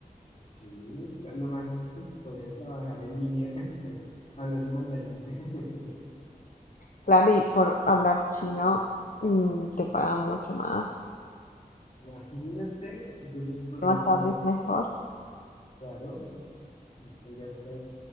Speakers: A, on the left; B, on the left.
A: Sí, ya nomás <laughs> podrías trabajar en línea <laughs> hablando mandarín. <laughs>
B: Claro, y por hablar chino, mm, te pagan mucho más.
A: Imagínate, entonces podrías
B: Más
A: tener,
B: hables mejor.
A: claro, podrías eh,